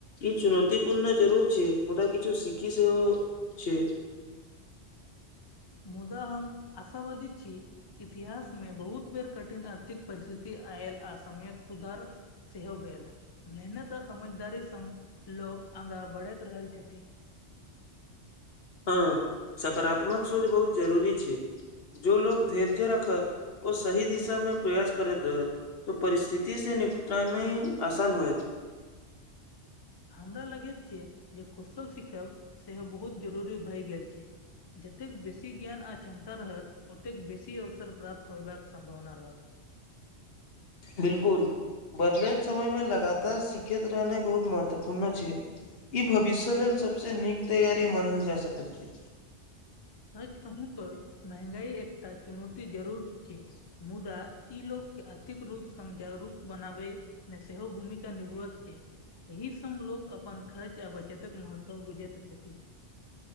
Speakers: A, on the left; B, on the left.
A: ई चुनौतीपूर्ण जरूर छै मुदा किछु सीखी सेहो छै
B: मुदा हम असावदी छी इतिहास में बहुत बेर कठिन आर्थिक परिस्थिति आयल आ समय्यक सुधार सेहो भेल मेहनत आ समझदारी संघ लोक आगाँ बढ़ैत रहल छथिन
A: हँ सकारात्मक सोच बहुत जरूरी छैय जो लोग धैर्ज रखत ओ सही दिशामे प्रयास करैत रहै त परिस्थिति से निपटानै आसान होएत
B: हमरा लगैत छै जे कौशल सिखब सेहो बहुत जरूरी भए गेल छै जतेक बेसी ज्ञान आ क्षमता रहत ओतेक बेसी अवसर प्राप्त होयबाक सम्भावना रहत
A: बिलकुल बदलेत समय में लगातार सिखैत रहनाइ बहुत महत्वपूर्ण छै ई भविष्य लेल सबसे नीक तैयारी मानल जा सकैत छै
B: सच कहू त महंगाई एकटा चुनौती जरूर छी मुदा ई लोकके आर्थिक रूप संग‌ जागरूक बनाबै मे सेहो भूमिका निभवत के एहि संग लोक अपन खर्च आ बचतक महत्व बुझैत छथि